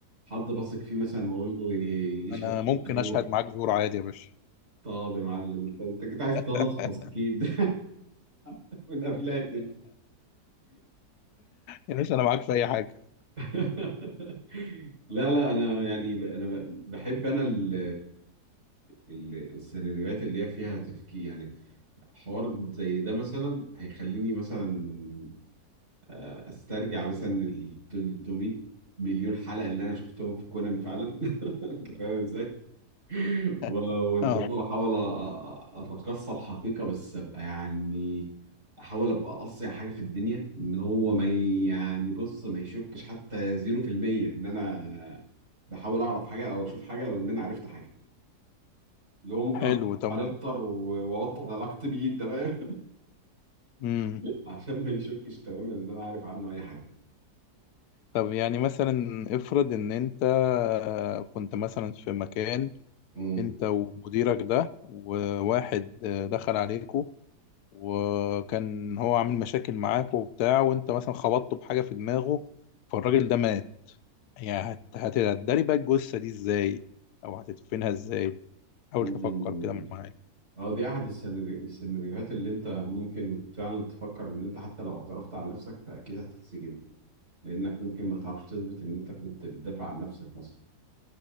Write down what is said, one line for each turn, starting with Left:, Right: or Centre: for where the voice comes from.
Right: حد بثق فيه مثلا واقول له ي- يشهد
Left: انا
Right: شهاده
Left: ممكن
Right: زور
Left: اشهد معاك زور عادي يا باشا
Right: طب يا معلم انت انت كنت عايز
Left: <laughs>
Right: تنصف اكيد <laughs> من قبلها كده
Left: يا باشا انا معاك في اي حاجة
Right: <laughs> لا لا انا يعني ب- انا ب- بحب انا ال ال- السيناريوهات اللي هي فيها تفكير يعني حوار زي ده مثلا هيخليني مثلا آه، استرجع مثلا ال 300 مليون حلقه اللي انا شفتهم في كونان فعلا <laughs> انت فاهم ازاي؟
Left: <laughs>
Right: و- وانت
Left: اه
Right: فاهم احاول أ- أ- اتقصى الحقيقه بس ابقى يعني احاول ابقى اقصى حاجه في الدنيا ان هو ما ي- يعني بص ما يشكش حتى 0% ان انا بحاول اعرف حاجه او اشوف حاجه او ان انا عرفت حاجه اللي هو ممكن
Left: حلو
Right: اتفرج
Left: طب
Right: عليه اكتر و- واوطد علاقتي بيه انت فاهم
Left: مم.
Right: <laughs> عشان ما يشكش تماما ان انا عارف عنه اي حاجه
Left: طب يعني مثلا افرض ان انت آه، كنت مثلا في مكان
Right: امم
Left: انت ومديرك ده وواحد آه، دخل عليكوا وكان هو عامل مشاكل معاك وبتاع وانت مثلا خبطته بحاجة في دماغه فالراجل ده مات يعني هت- هت- هتداري بقى الجثة دي ازاي او هتدفنها ازاي حاول تفكر
Right: أمم.
Left: كده معايا
Right: اه دي احد السيناري- السيناريوهات اللي انت ممكن فعلا تفكر ان انت حتى لو اعترفت عن نفسك فاكيد هتتسجن لانك ممكن ما تعرفش تثبت ان انت كنت بتدافع عن نفسك مثلا